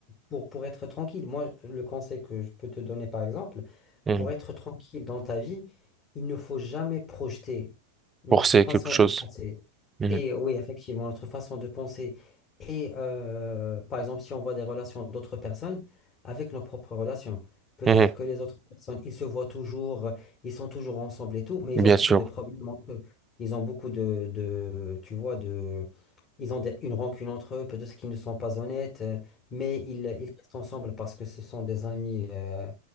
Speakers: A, on the left; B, on the right.
A: pour, pour être tranquille, moi, le conseil que je peux te donner, par exemple,
B: Mhm,
A: pour être tranquille dans ta vie, il ne faut jamais projeter notre
B: Forcer
A: façon
B: quelque chose.
A: de penser.
B: Mhm,
A: Et oui, effectivement, notre façon de penser. Et euh, par exemple, si on voit des relations d'autres personnes avec nos propres relations. Peut-être
B: mhm,
A: que les autres personnes, ils se voient toujours, ils sont toujours ensemble et tout, mais ils
B: bien
A: ont beaucoup
B: sûr.
A: de problèmes entre eux. Ils ont beaucoup de, de- tu vois, de, ils ont des- une rancune entre eux, peut-être qu'ils ne sont pas honnêtes, euh, mais ils, ils restent ensemble parce que ce sont des amis, euh,